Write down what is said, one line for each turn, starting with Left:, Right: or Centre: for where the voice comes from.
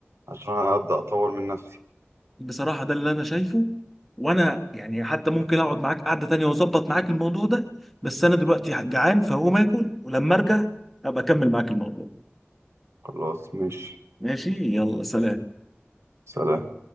Right: عشان أبدأ أطور من نفسي
Centre: بصراحه ده اللي انا شايفه وانا يعني حتى ممكن اقعد معاك قعده تانيه واظبط معاك الموضوع ده بس انا دلوقتي جعان فهقوم اكل ولما ارجع ابقى اكمل معاك الموضوع
Right: خلاص ماشي
Centre: ماشي يلا سلام
Right: سلام